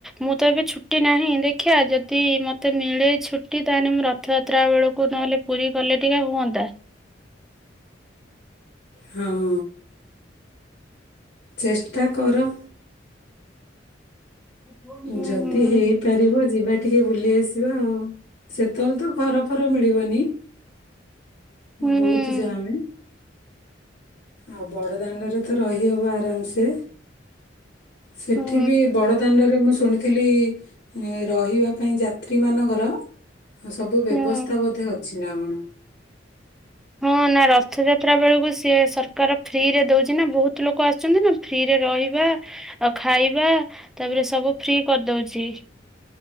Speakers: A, in the centre; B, on the left.
A: ମୁଁ ତ ଏବେ ଛୁଟି ନାହିଁ ଦେଖିବା ଯ ଯଦି ମତେ ମିଳେ ଛୁଟି, ତାହେଲେ ମୁଁ ରଥଯାତ୍ରା ବେଳକୁ ନହେଲେ ନହେଲେ ପୁରୀ କଲେ ଟିକେ ହୁଅନ୍ତା।
B: ହଁ, ଚେଷ୍ଟା କର।
A: ହୁଁ
B: ଯଦି ହେଇପାରିବ, ଯିବା ଟିକେ ବୁଲି ଆସିବା ଆଉ। ସେତେବେଳେ ତ ଘର ଫର ମିଳିବନି?
A: ହୁଁ
B: ବହୁତ ଯାମେ। ଆଉ ବଡ଼ଦାଣ୍ଡରେ ତ ରହିହେବ ଆରାମସେ, ସେଠି
A: ହୁଁ
B: ବି ବଡ଼ ଦାଣ୍ଡରେ ମୁଁ ଶୁଣିଥିଲି ରହିବା ପାଇଁ ଯାତ୍ରୀ ମାନଙ୍କର ହଁ, ସବୁ
A: ହୁଁ।
B: ବ୍ୟବସ୍ଥା ବୋଧେ ଅଛି ନା କଣ?
A: ହଁ, ନା ରଥଯାତ୍ରା ବେଳକୁ ସିଏ ସରକାର ଫ୍ରି ରେ ଦଉଚି ନା, ବହୁତ ଲୋକ ଆସୁଚନ୍ତି ନା? ଫ୍ରିରେ ରହିବା, ଆଉ ଖାଇବା, ତାପରେ ସବୁ ଫ୍ରି କରିଦଉଚି।